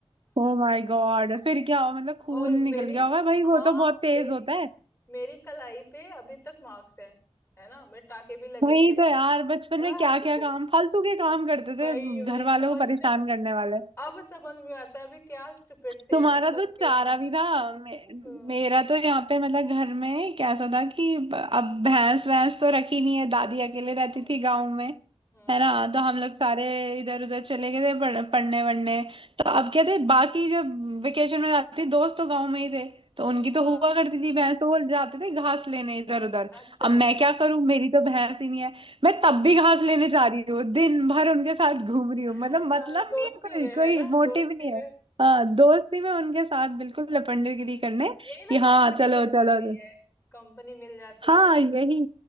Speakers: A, on the right; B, on the left.
A: ओ माय गॉड
B: <laughs>
A: फिर क्या हुआ मतलब खून
B: और
A: निकल
B: मेरी
A: गया होगा भाई वो
B: हाँ
A: तो बहुत तेज
B: मेरी
A: होता
B: मेरी कलाई पे अभी तक मार्क्स है है ना मेरे टाके भी लगे
A: वही
B: थे
A: तो
B: <laughs>
A: यार बचपन में क्या क्या काम फालतू के काम करते
B: वही
A: थे
B: वही
A: घर वालों
B: समझ
A: को परेशान
B: में नहीं-
A: करने वाले
B: अब समझ में आता है अभी क्या स्टूपिड थे
A: तुम्हारा
B: मतलब
A: तो
B: कि
A: चारा
B: इतना
A: भी था मे,
B: हम्म
A: मेरा तो यहाँ पे मतलब घर में कैसा था कि ब- अब भैंस भैंस तो रखी नहीं है दादी अकेले रहती
B: हम्म
A: थी गांव
B: हम्म
A: में
B: हम्म।
A: है ना तो हम लोग सारे इधर उधर चले गए थे पढ़- पढ़ने वढ़ने तो अब क्या थे बाकी जब वेकेशन में जाती थी, दोस्त तो गांव में ही थे तो उनकी तो
B: हाँ
A: हुआ करती थी भैंस तो वो जाते थे घास लेने इधर उधर
B: अच्छा
A: अब मैं
B: अच्छा
A: क्या करूं मेरी तो भैंस ही नहीं है मैं
B: हाँ
A: तब भी घास लेने जा रही हूँ दिन भर उनके साथ घूम रही
B: <laughs>
A: हूँ मतलब
B: हाँ
A: मतलब
B: दोस्ती
A: नहीं है कोई
B: में है
A: कोई
B: ना
A: मोटिव
B: दोस्ती
A: नहीं
B: में
A: है हाँ दोस्ती में उनके साथ बिल्कुल
B: हाँ,
A: लपंडेगिरी करने
B: यही ना
A: कि
B: कंपनी
A: हाँ चलो
B: मिल जाती
A: चलो चलो।
B: है कंपनी मिल जाती
A: हाँ
B: है
A: यही